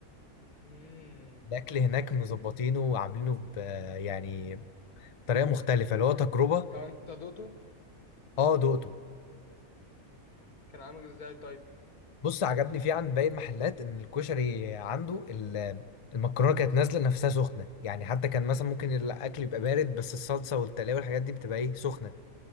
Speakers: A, on the left (about 80°); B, on the left (about 40°).
A: امم
B: الأكل هناك مظبطينه وعاملينه ب يعني بطريقة مختلفة اللي هو تجربة
A: طب انت دوته
B: أه دقته
A: كان عامل ازاي طيب
B: بص عجبني فيه عن باقي المحلات إن الكشري عنده ال- المكرونة كانت نازلة نفسها سخنة يعني حتى كان مثلا ممكن الأكل يبقى بارد بس الصلصة والتلاوة والحاجات دي بتبقى إيه سخنة